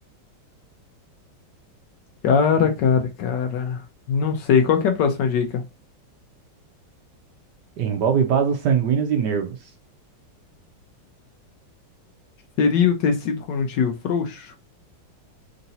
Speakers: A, on the left; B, on the right.
A: Cara, cara, cara. Não sei, qual que é a próxima dica?
B: Envolve vasos sanguíneos e nervos.
A: Seria o tecido conjuntivo frouxo?